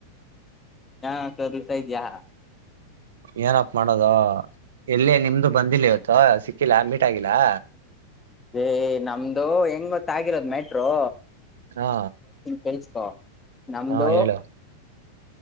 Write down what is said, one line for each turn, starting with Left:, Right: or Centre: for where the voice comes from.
Left: ನಾ ಸದುಸ ಇದ್ಯಾ
Right: ಏನಪ್ ಮಾಡೋದ ಎಲ್ಲೇ ನಿಮ್ದು ಬಂದಿಲ್ಲ ಇವತ್ತ ಸಿ ಹಾಕಿಲ್ಲಾ ಮೀಟಗಿಲ್ಲಾ
Left: ಹೇ ನಮ್ದು ಹೆಂಗೊತ್ತಾಗಿರೋದ್ ಮ್ಯಾಟ್ರೋ.
Right: ಹಾ
Left: ಕೆಲ್ಸಕೋ ನಮ್ದು.
Right: ಹಾ ಹೇಳು